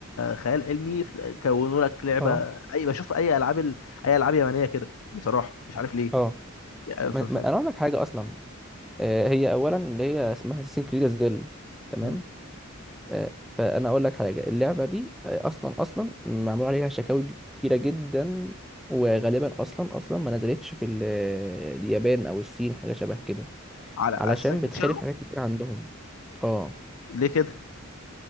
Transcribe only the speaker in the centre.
اه
اه
ما-
ما-
انا اقول لك حاجه اصلا آه، هي اولا اللي هي اسمها اساسين كريد زل تمام
آه، فانا اقول لك حاجه اللعبه دي آه، اصلا اصلا معمول عليها شكاوي كتيره جدا وغالبا اصلا اصلا ما نزلتش في ال- آه، اليابان او الصين حاجه شبه كده
علشان
بتخالف
حاجات كتير عندهم اه